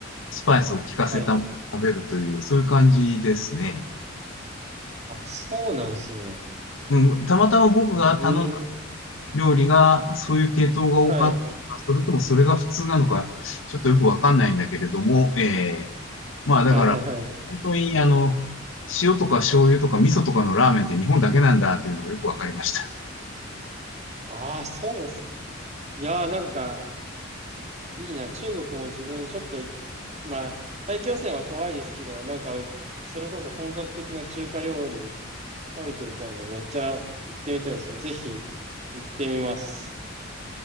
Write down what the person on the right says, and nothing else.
はい。
あ、そうなんですね。
ええ
はい、
はい、はい、はい。
ああ、そうなんです。いやー、なんか、いいな。中国も自分ちょっとまあ、大気汚染は怖いですけど、なんか、それこそ本格的な中華料理食べてみたいんで、めっちゃ行ってみたいですね。ぜひ、行ってみます。